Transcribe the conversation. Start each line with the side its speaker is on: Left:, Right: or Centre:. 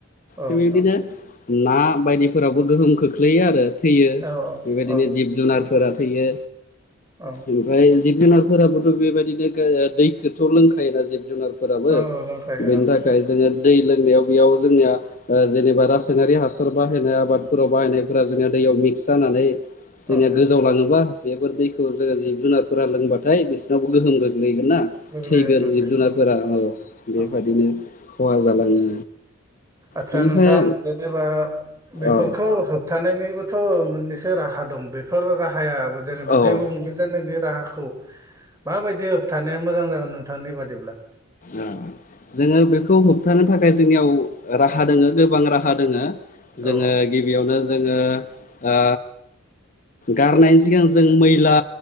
Right: औ
Left: <unintelligible>
Right: नोंथां
Left: ना बायदिफोरावबो गोहोम खोख्लैयो आरो थैयो
Right: औ
Left: बेबायदिनो
Right: औ
Left: जिब जुनारफोरा थैयो
Right: औ
Left: ओमफ्राय जिब जुनार फोराबोथ' बेबायदिनो गा ओ दैखोथ' लोंखायोना जिब जुनारफोराबो
Right: औ रोंखायो
Left: बेनि
Right: औ
Left: थाखाय जोंङो दै लोंनायाव बेयाव जोंनिया ओ जेनेबा रासायनारि हासार बाहायनाय आबादफोराव बाहायनायफोरा जोंनिया दै बेयाव मिक्स जानानै जोंनिया
Right: औ
Left: गोजाव लाङोबा बेफोर दैखौ जोङो जिब जुनारफोरा लोंबाथाय बिसोरनावबो गोहोम गो लैगोन ना
Right: गोग्लैयो
Left: थैगोन
Right: गोग्लैयो
Left: जिब जुनारफोरा औ बेबादिनो
Right: औ
Left: खहा जालाङो
Right: आदसा
Left: बेनिफ्राय
Right: नोंथां जेनेबा बेफोरखौ
Left: औ
Right: होबथानायनिबो थ थ' मोननैसो राहा दं बेफोर राहायाबो जेनेबा
Left: औ
Right: दै गुबुंले जानायनि राहाखौ माबायदि होबथानाया मोजां जागोन नोंथांनि बादिब्ला
Left: आह जोङो बेखौ होबथानो थाखाय जोंनियाव राहा दोङो गोबां राहा दोङो
Right: औ
Left: जोङो गिबियावनो जोङो ओ गारनायनि सिगां जों मैला